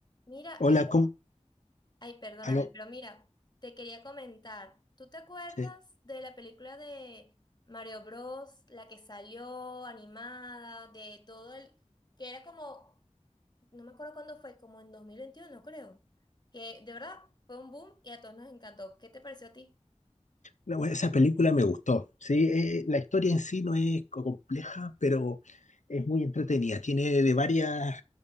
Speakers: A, on the left; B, on the left.
A: Mira,
B: Hola,
A: eh,
B: ¿cómo?
A: ay, perdóname,
B: Aló.
A: pero mira, te quería comentar, ¿tú te acuerdas
B: Sí.
A: de la película de Mario Bros, la que salió animada, de todo el, que era como, no me acuerdo cuándo fue, como en 2021, creo, que de verdad fue un boom y a todos nos encantó. ¿Qué te pareció a ti?
B: La- bueno, esa película me gustó. Sí, Eh, la historia en sí no es co- compleja, pero es muy entretenida. Tiene de varias,